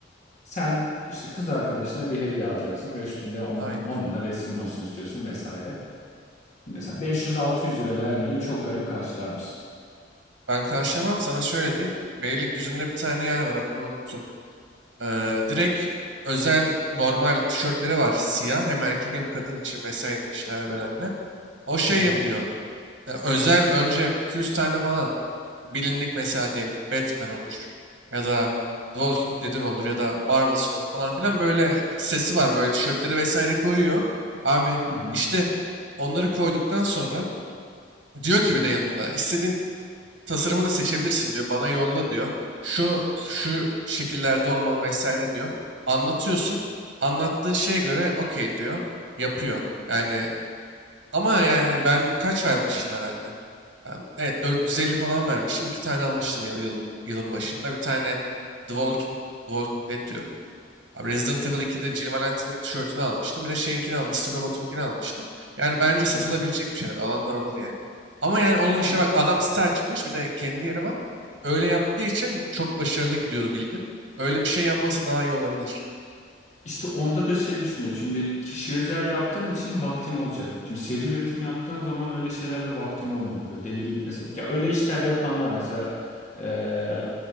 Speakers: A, on the left (about 40°); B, on the right (about 80°).
A: Sen işte kız arkadaşına bir hediye alacaksın ve üstünde onun,
B: Aynen.
A: onunla resmin olsun istiyorsun vesaire. Mesela 500-600 lira vermeyi çok garip karşılar mısın?
B: Ben karşılamam sana şöyle diyeyim. Beylikdüzü'nde bir tane yer var adını unuttum. Ee, direkt özel normal tişörtleri var siyah hem erkek hem kadın için vesaire işte her bedende. O şey
A: Hı hı,
B: yapıyor. E, özel önce 200 tane falan bilindik mesela diyelim Batman olur ya da The Walking Dead'in olur ya da Marvel'sın olur falan filan böyle sesi var böyle tişörtleri vesaire koyuyor. Abi
A: hı hı,
B: işte onları koyduktan sonra diyor ki bir de yanında istediğin tasarımı da seçebilirsin diyor. Bana yolla diyor. Şu şu şekillerde olmalı vesaire diyor. Anlatıyorsun. Anlattığın şeye göre okey diyor. Yapıyor. Yani ama yani ben kaç vermiştim herhalde? Ben, evet 450 falan vermiştim. İki tane almıştım yıl, yıl- yılın başında. Bir tane The Walking, The Walking Dead diyorum. Abi Resident Evil 2'de Jill Valentine'in tişörtünü almıştım. Bir de şeyinkini al, Mr. Robot'unkini almıştım. Yani bence satılabilecek
A: hı hı.
B: bir şeyler. Alanlar olur yani. Ama yani onun
A: Yani
B: işine
A: ben,
B: bak adam site açmış. Bir de kendi yeri var. Öyle yaptığı için çok başarılı gidiyordu bildim. Öyle bir şey yanması daha iyi olabilir.
A: işte onda da şey düşünüyorum. Şimdi kişi özel yaptığın için vaktin olacak. Şimdi seri üretim yaptığın zaman öyle şeylerde vaktin olmuyor. Böyle deli gibi. Mesela ya öyle işlerde yapan var. Mesela eee,